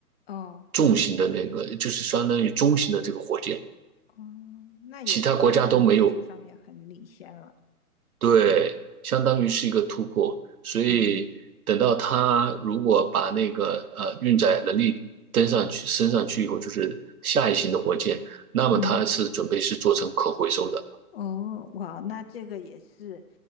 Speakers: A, on the left; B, on the right.
A: 哦。
B: 重型的那个，就是相当于中型的这个火箭，
A: 哦，那也是相当于技术上面很领先了。
B: 其他国家都没有对，相当于是一个突破。所以等到他如果把那个呃运载能力登上去升上去以后，
A: 嗯
B: 就是下一型的火箭，那么它是准备是做成可回收的。
A: 嗯，哦，哇，那这个也是，